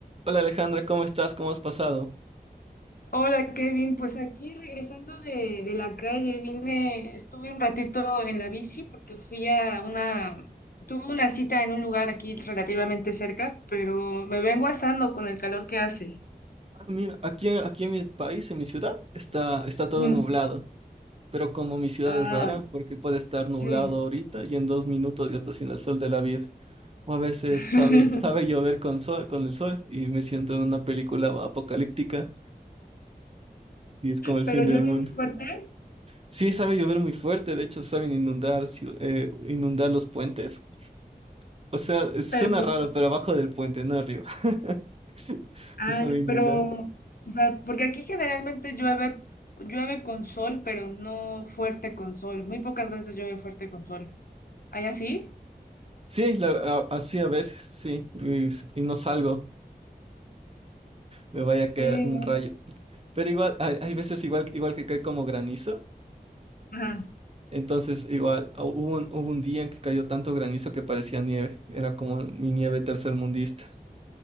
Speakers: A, on the right; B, on the left.
A: Hola Alejandra, ¿cómo estás? ¿Cómo has pasado?
B: Hola Kevin, pues aquí regresando de, de la calle, vine, estuve un ratito en la bici porque fui a una, tuve una cita en un lugar aquí relativamente cerca, pero me vengo asando con el calor que hace.
A: Ah, mira, aquí, en- aquí en mi país, en mi ciudad, está, está todo
B: Mm.
A: nublado, pero como mi ciudad
B: Ay,
A: es rara, porque puede estar nublado
B: sí.
A: ahorita y en dos minutos ya está haciendo el sol de la vida. O a veces
B: <laughs>
A: sabe, sabe llover con sol, con el sol y me siento en una película apocalíptica y es como el
B: Pero
A: fin
B: llueve
A: del mundo.
B: muy fuerte,
A: Sí, sabe llover muy fuerte, de hecho saben inundar, ciu- eh, inundar los puentes. O sea, suena
B: pero,
A: raro, pero abajo del puente, no arriba. <laughs>
B: ah,
A: Te sabe
B: ya,
A: inundar.
B: pero, o sea, porque aquí generalmente llueve, llueve con sol, pero no fuerte con sol. Muy pocas veces llueve fuerte con sol. ¿Hay así?
A: Sí, la- a- así a veces, sí, y, s- y no salgo, me vaya a caer
B: Sí,
A: un
B: no.
A: rayo. Pero igual, hay, hay veces igual, igual que cae como granizo,
B: Ajá.
A: entonces igual, hu- hubo un, hubo un día en que cayó tanto granizo que parecía nieve, era como mi nieve tercermundista,